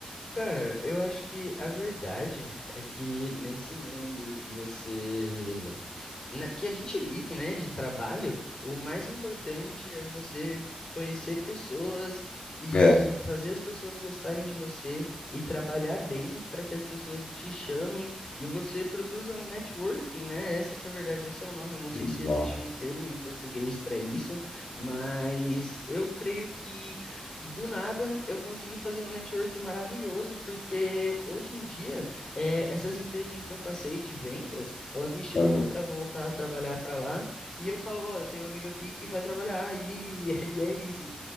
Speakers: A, on the left; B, on the left.
A: Cara, eu acho que a verdade é que nesse mundo que você, na- que a gente vive, né, de trabalho, o mais importante é você conhecer pessoas e
B: É,
A: fazer as pessoas gostarem de você e trabalhar bem para que as pessoas te chamem e você produza um networking, né? Essa que é a verdade, esse é o nome. Eu não sei
B: exato.
A: se existe um termo em português para isso, mas eu creio que do nada, eu consegui fazer um networking maravilhoso, porque hoje em dia, eh, essas empresas em que eu passei de vendas, elas me chamam
B: Aham,
A: para voltar a trabalhar para lá, e eu falo, ó, eu tenho um amigo aqui que vai trabalhar, e, <laughs> e é isso.